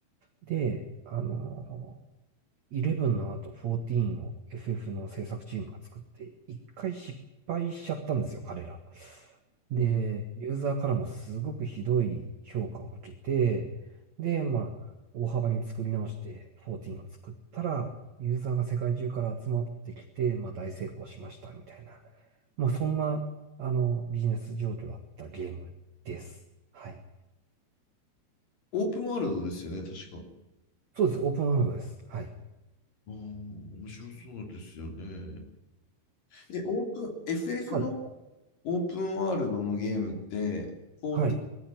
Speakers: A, on the right; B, on the left.
A: で、あのー11の後14を FF の制作チームが作って、一回失敗しちゃったんですよ、彼ら。で、
B: えー
A: ユーザーからもすごくひどい評価を受けて、で、まあ、大幅に作り直して14を作ったら、ユーザーが世界中から集まってきて、まあ大成功しました、みたいな。まあそんな、あの、ビジネス状況だったゲームです。はい。
B: オープンワールドですよね、確か。
A: そうです。オープンワールドです。はい。
B: ああ、面白そうですよね。で、オープン、FF
A: はい。
B: のオープンワールドのゲームって、14
A: はい。